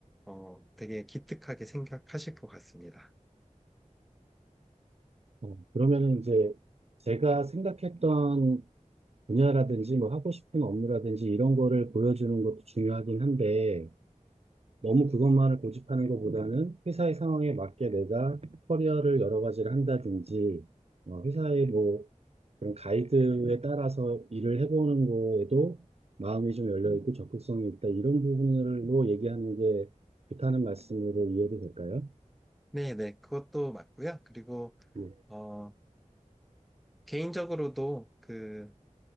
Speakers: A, in the centre; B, on the right.
A: 어, 되게 기특하게 생각하실 것 같습니다.
B: 어, 그러면은 이제 제가 생각했던 분야라든지 뭐 하고 싶은 업무라든지 이런 거를 보여주는 것도 중요하긴 한데 너무 그것만을 고집하는 것보다는 회사의 상황에 맞게 내가 커리어를 여러 가지를 한다든지, 어, 회사의 뭐 그런 가이드에 따라서 일을 해보는 거에도 마음이 좀 열려있고 적극성이 있다. 이런 부분으로 얘기하는 게 좋다는 말씀으로 이해도 될까요?
A: 네, 네, 그것도 맞고요. 그리고
B: 예,
A: 어, 개인적으로도 그